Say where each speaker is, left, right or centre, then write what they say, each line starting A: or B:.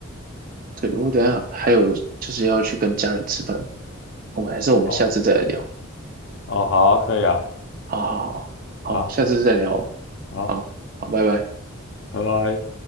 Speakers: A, on the right; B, on the left.
A: 对，我等一下还有就是要去跟家人吃饭，我们还是我们下次再来聊。
B: 哦哦，好啊可以啊，
A: 好好好，
B: 好
A: 好，下次再聊哦。
B: 好，
A: 好，好，拜拜。
B: 拜拜。